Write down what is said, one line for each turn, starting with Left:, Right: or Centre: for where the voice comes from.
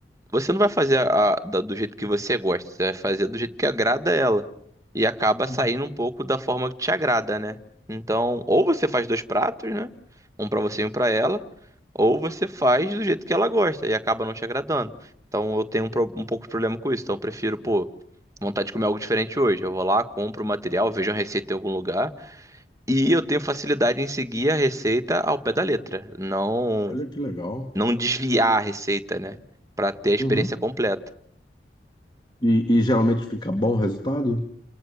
Right: você não vai fazer a- a- da- do jeito que você gosta, você vai fazer do jeito que agrada ela. E acaba saindo
Left: Uhum.
Right: um pouco da forma que te agrada, né? Então, ou você faz dois pratos, né? Um pra você e um pra ela, ou você faz do jeito que ela gosta e acaba não te agradando. Então, eu tenho um, pro- um pouco de problema com isso. Então, eu prefiro, pô, vontade de comer algo diferente hoje. Eu vou lá, compro o material, vejo uma receita em algum lugar e eu tenho facilidade em seguir a receita ao pé da letra, não
Left: Olha que legal.
Right: não desviar a receita, né? Pra ter a experiência
Left: Uhum.
Right: completa.
Left: E, e geralmente fica bom o resultado?